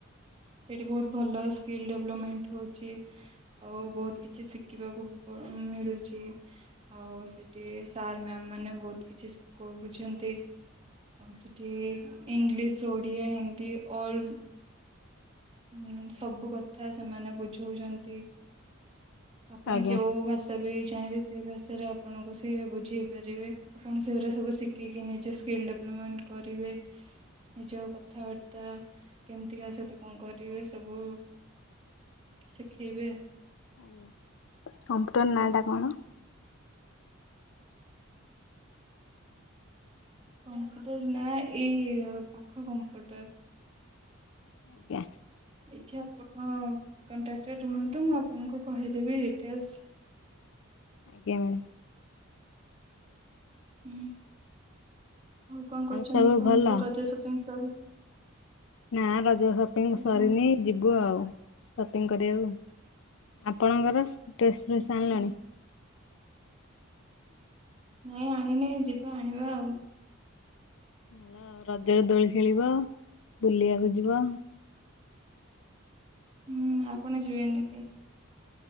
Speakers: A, on the right; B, on the left.
A: ସେଠି ବହୁତ ଭଲ ସ୍କିଲ୍ ଡେଭଲପମେଣ୍ଟ ହଉଛି ଆଉ ବହୁତ କିଛି ଶିଖିବାକୁ ମିଳୁଛି ଆଉ ସେଠି ସାର୍ ମ୍ୟାମ୍ ମାନେ ବହୁତ କିଛି ଶିଖାଉଛନ୍ତି ଆଉ ସେଠି ଇଂଲିଶ ଓଡିଆ ହିନ୍ଦୀ ଅଲ ମାନେ ସବୁ କଥା ସେମାନେ ବୁଝଉଛନ୍ତି। ଆପଣ
B: ଆଜ୍ଞା
A: ଯୋଉ ଭାଷା ବି ଚାହିଁବେ ସେ ଭାଷାରେ ଆପଣଙ୍କୁ ସିଏ ବୁଝେଇ ପାରିବେ ଆପଣ ସେଗୁରା ସବୁ ଶିଖିକି ନିଜ ସ୍କିଲ୍ ଡେଭଲପମେଣ୍ଟ କରିବେ ନିଜ କଥାବାର୍ତ୍ତା କେମତି କା ସହିତ କଣ କରିବେ ସବୁ ଶିଖେଇବେ
B: ଆଜ୍ଞା, କୋମ୍ପ୍ୟୁଟର ନାଁ ଟା କଣ?
A: କୋମ୍ପ୍ୟୁଟର ନା ଏଇ ପାଖ କୋମ୍ପ୍ୟୁଟର
B: ଆଜ୍ଞା।
A: ଏଇଠି ଆପଣ କଣ୍ଟାକ୍ଟରେ ରୁହନ୍ତୁ ମୁଁ ଆପଣଙ୍କୁ କହିଦେବି ଡିଟେଲସ,
B: ଆଜ୍ଞା ମ୍ୟାଡ଼ାମ।
A: ହୁଁ ଆଉ କଣ କରୁଛନ୍ତି
B: ସବୁ
A: କୁହନ୍ତୁ
B: ଭଲ?
A: ରଜ ଶପିଂ ସରିଲା?
B: ନା ରଜ ଶପିଂ
A: ଆଜ୍ଞା।
B: ସରିନି ଯିବୁ ଆଉ। ଶପିଂ କରିବାକୁ ଆପଣଙ୍କର ଡ୍ରେସ ଫ୍ରେସ
A: ଆଚ୍ଛା
B: ଆଣିଲଣି?
A: ନାଇଁ ଆଣିନି ଯିବା ଆଣିବା ଆଉ।
B: ଭଲ ରଜରେ ଦୋଳି ଖେଳିବ ବୁଲିବାକୁ ଯିବ,
A: ହୁଁ ଆପଣ ଯିବେନି କି?